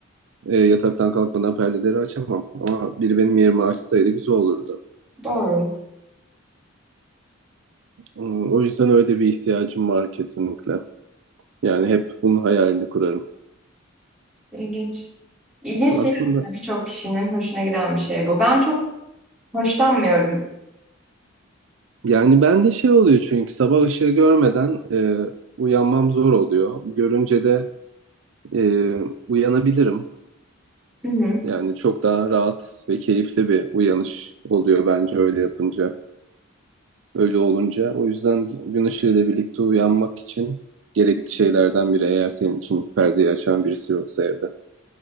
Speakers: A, on the right; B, in the centre.
A: E, yataktan kalkmadan perdeleri açamam. Ama biri benim yerimi açsaydı güzel olurdu.
B: Doğru.
A: Hmm, O yüzden öyle bir ihtiyacım var kesinlikle. Yani hep bunun hayalini kurarım.
B: İlginç. İlginç
A: Aslında
B: değil aslında. Birçok kişinin hoşuna giden bir şey bu. Ben çok hoşlanmıyorum.
A: yani ben de şey oluyor çünkü sabah ışığı görmeden e, uyanmam zor oluyor. Görünce de e, uyanabilirim.
B: Hı hı.
A: Yani çok daha rahat ve keyifli bir uyanış oluyor bence öyle yapınca. öyle olunca. O yüzden gün ışığıyla birlikte uyanmak için gerekli şeylerden biri eğer senin için perdeyi açan birisi yoksa evde.